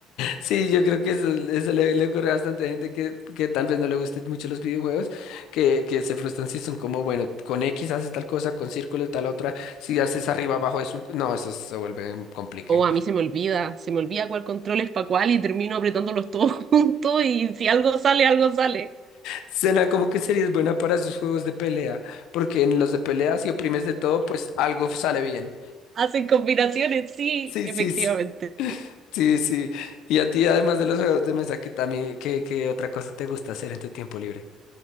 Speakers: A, on the left; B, on the right.
A: Sí, yo creo que eso, eso le, le ocurre a bastante gente que, que tal vez no le gusten mucho los videojuegos, que, que se frustran si son como, bueno, con X haces tal cosa, con círculo tal otra, si haces arriba abajo es un... No, eso se vuelve un complique.
B: O a mí se me olvida, se me olvida cuál control es para cuál y termino apretándolos todos <laughs> juntos y si algo sale, algo sale.
A: Suena como que sería buena para esos juegos de pelea, porque en los de pelea si oprimes de todo, pues algo sale bien.
B: Hacen combinaciones, sí,
A: Sí,
B: efectivamente.
A: sí, sí. Sí, sí. Y a ti, además de los juegos de mesa, que también, ¿qué, qué otra cosa te gusta hacer en tu tiempo libre?